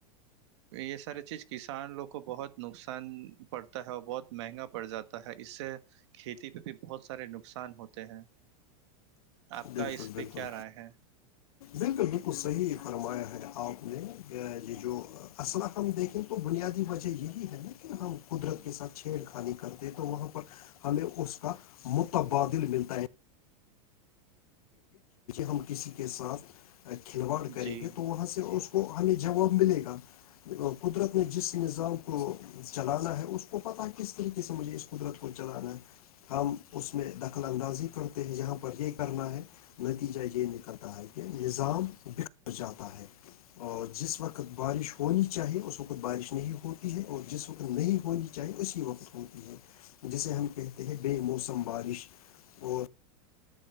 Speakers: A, on the right; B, on the left.
A: یہ سارے چیز کسان لو کو بہت نقصان پڑتا ہے اور بہت مہنگا پڑ جاتا ہے اس سے کھیتی پہ بھی بہت سارے نقصان ہوتے ہیں آپ
B: بالکل
A: کا اس
B: بالکل
A: پہ کیا رائے ہے
B: بالکل بالکل صحیح فرمایا ہے آپ نے یہ جو الا ہم دیکھیں تو بنیادی وجہ یہی ہے نا کہ ہم قدرت کے ساتھ چھیڑ خانی کرتے ہیں تو وہاں پر ہمیں اس کا متبادل ملتا ہے ہم کسی کے ساتھ کھلواڑ کریں
A: جی
B: گے تو وہاں سے کو ہمیں جواب ملے گا قدرت نے جس نظام کو چلانا ہے اس کو پتا کس طریقے سے مجھے اس قدرت کو چلانا ہے ہم اس میں دخل اندازی کرتے ہیں جہاں پر یہ کرنا ہے نتیجہ یہ نکلتا ہے کہ نظام بکھر جاتا ہے اور جس وقت بارش ہونی چاہیے اس وقت بارش نہیں ہوتی ہے اور جس وقت نہیں ہونی چاہ اسی وقت ہوتی ہے جسے ہم کہتے ہیں بے موسم بارش اور